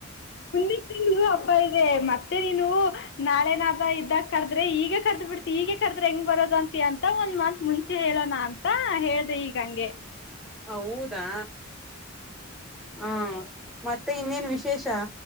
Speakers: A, on the left (about 60°); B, in the centre.
A: ಮುಂದಿನ ತಿಂಗಳು ಹಬ್ಬ ಇದೆ ಮತ್ತೆ ಮತ್ತೆ ನೀನು ನಾಳೆ ನಾದಡ ಇದ್ದಾಗ ದ ಈಗ ಕರದ ಬಿಡ್ತಿ ಈಗೆ ಕ್ರೆ ಹೆಂಗ್ ಬರೋದ ಅಂತ ಅಂತ ಒಂದ್ ಮಂತ್ ಮುಂಚೆ ಹೇಳೋಣ ಅಂತ ಹೇಳ್ದ ಈಗಂಗೆ
B: ಹ ಹೌದಾ ಹಾ ಮತ್ತೆ ಇನ್ನೇನ್ ವಿಶೇಷ